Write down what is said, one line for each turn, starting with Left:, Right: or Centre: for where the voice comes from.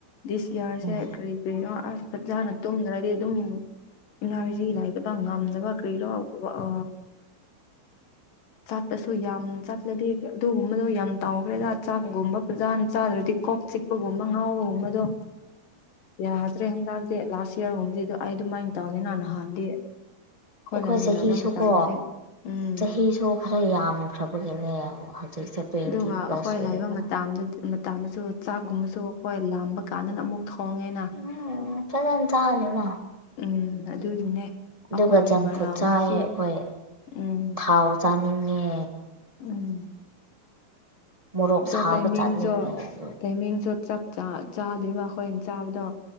Left: ꯗꯤꯁꯌꯥꯔꯁꯦ
Right: ꯎꯝ
Left: ꯀꯔꯤ ꯀꯔꯤꯅꯣ ꯑꯁ ꯐꯖꯅ ꯇꯨꯝꯗ꯭ꯔꯗꯤ ꯑꯗꯨꯝ ꯏꯅꯔꯖꯤ ꯂꯥꯏꯔꯤꯛꯇꯕ ꯉꯝꯅꯕ ꯀꯔꯤ ꯂꯧꯔ ꯑ ꯆꯥꯠꯄꯁꯨ ꯌꯥꯝ ꯆꯥꯠꯂꯗꯤ ꯑꯗꯨꯒꯨꯝꯕꯗꯣ ꯌꯥꯝ ꯇꯥꯎꯈ꯭ꯔꯦꯗ ꯆꯥꯛꯒꯨꯝꯕ ꯄꯨ꯭ꯔꯖꯥꯅ ꯆꯥꯗ꯭ꯔꯗꯤ ꯀꯣꯛ ꯆꯤꯛꯄꯒꯨꯝꯕ ꯉꯥꯎꯕꯒꯨꯝꯕꯗꯣ ꯌꯥꯗ꯭ꯔꯦ ꯍꯟꯗꯥꯛꯁꯦ ꯂꯥꯁ ꯏꯌꯥꯔꯒꯨꯝꯕꯕꯁꯤꯗ ꯑꯩ ꯑꯗꯨꯃꯥꯏꯅ ꯇꯧꯅꯤꯦ ꯅꯍꯥꯟ ꯅꯍꯥꯟꯗꯤ ꯈꯣꯏꯂꯝꯃꯤꯟꯅꯕ
Right: ꯑꯩꯈꯣꯏ ꯆꯍꯤꯁꯨꯀꯣ
Left: ꯃꯇꯝꯗꯗꯤ ꯎꯝ
Right: ꯆꯍꯤꯁꯨ ꯈꯔ ꯌꯥꯝꯈ꯭ꯔꯕꯒꯤꯅꯦ ꯍꯧꯖꯤꯛꯁꯦ ꯇ꯭ꯋꯦꯟꯇꯤ
Left: ꯑꯗꯨꯒ ꯑꯩꯈꯣꯏ
Right: ꯄ꯭ꯂꯁ ꯑꯣꯏꯔꯦꯅ
Left: ꯂꯥꯛꯕꯗ ꯃꯇꯝꯗꯁꯨ ꯆꯥꯛꯒꯨꯝꯕꯁꯨ ꯑꯩꯈꯣꯏ ꯂꯥꯝꯕ ꯀꯥꯟꯗꯅ ꯑꯃꯨꯛ ꯊꯣꯡꯉꯦꯅ
Right: ꯎꯝ ꯐꯖꯅ ꯆꯥꯅꯤꯅ
Left: ꯎꯝ ꯑꯗꯨꯒꯤꯅꯦ
Right: ꯑꯗꯨꯒ
Left: ꯑꯩꯈꯣꯏꯒꯤ
Right: ꯖꯪ
Left: ꯃꯔꯥꯜꯅꯤ
Right: ꯐꯨꯗ ꯆꯥꯏꯑ
Left: ꯁꯤ
Right: ꯑꯩꯈꯣꯏ
Left: ꯎꯝ
Right: ꯊꯥꯎ ꯆꯥꯅꯤꯡꯉꯦ
Left: ꯎꯝ
Right: ꯃꯣꯔꯣꯛ ꯁꯥꯕ
Left: ꯣ ꯇꯥꯏꯃꯤꯡꯁꯨꯣ
Right: ꯆꯥꯅꯤꯡꯉꯦ ꯑꯗꯨ
Left: ꯇꯥꯏꯃꯤꯡꯖ ꯆꯥꯛ ꯆꯥꯗꯣꯏꯔꯤꯕ ꯑꯩꯈꯣꯏꯅ ꯆꯥꯕꯗꯣ